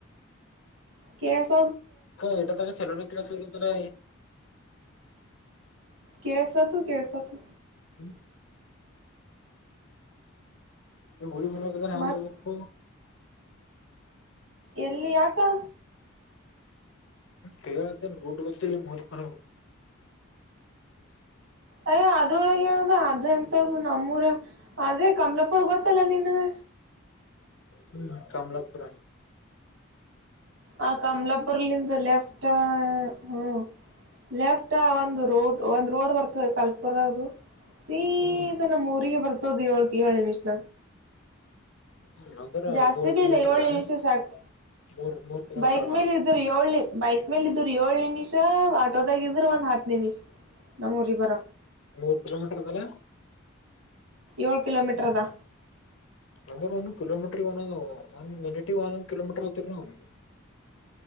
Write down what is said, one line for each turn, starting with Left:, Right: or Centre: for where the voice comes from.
Right: ಕೆಸ
Left: ಹ ಎಟ ತಗೆ ಚಲೋರಿ ಕಿನ ಸುುದಧ ತ
Right: ಕೆಸ ತು ಕೆಸ ತು
Left: ಹ ಈ ಭುರಿ ಭಲ ಕದ ರಾಮ
Right: ಮತ್
Left: ರಕ್ಕ
Right: ಎಲ್ಲಿ ಯಾಕಾ
Left: ಹ್ಮ್ ಕತ ರೋಡ್ ಬಲಿ ಮರ ಬರ
Right: ಅಯ್ಯ ಅದ್ರೊಳಗೆ ಹೇಳದ ಅದ ಎಂತ್ದ ನಮ್ಮೂರ ಆದ್ರೆ ಕಮಲಪುರ್ ಗೊತ್ತಲ್ಲ ನಿನ್ಗೆ ಹ
Left: ಹ್ಮ್ ಕಮಲಪುರ
Right: ಆ ಕಮಲಾಪುರ್ಲ್ಲಿದ ಲಫ್ಟಾ ಹ್ಮ ಲೆಫ್ಟ ಒಂದು ರೋಡ್ ಒಂದ್ ರೋಡ್ ಬರ್ತದೆ ಕಲ್ಪುರದು ಸೀ
Left: ಹ್ಮ್
Right: ಇದ ನಮ್ಮ ಊರಿಗೆ ಬರ್ತದು ಏಳ್ ಕಿ ಹೇಳಳಿ ಮಿಷ್ಣ
Left: ಹ್ಮ್ ಅಂದ್ರ
Right: ಜಾಸ್ತಿ
Left: ಮೂರ್
Right: ಬ
Left: ಕಿಲೋಮೀಟರ್
Right: ಇಲ್ಲ ಏಳ್
Left: ಅದಾನ
Right: ವಿಷಯ ಸಾಕು
Left: ಮೂರ್ ಮೂರ್ ಕಿಲೋಮೀಟರ್
Right: ಬೈಕ್
Left: ಅದ
Right: ಮೇಲೆ ಇದರು ಏಳ ಬೈಕ್ ಮೇಲ್ ಇದ್ರರು ಏಳ್ ನಿಮಿಷ ಆಟೋದಾಗ ಇದ್ರರು ಒಂದ್ ಹತ್ ನಿಮಿಷ ನಮ್ಮೂರಿಗೆ ಬರ
Left: ಮೂರ್ ಕಿಲೋಮೀಟರ್ ಮಲೆ
Right: ಏಳ್ ಕಿಲೋಮೀಟರ್ದಾ
Left: ಅಂದ್ರ ಒಂದ ಕಿಲೋಮೀಟರ್ ಒಂದೊಂದ ಒಂದ್ ಮಿನಿಟ್ ಒಂದೊಂದ್ ಕಿಲೋಮೀಟರ್ ಆತರಿ ನೀವು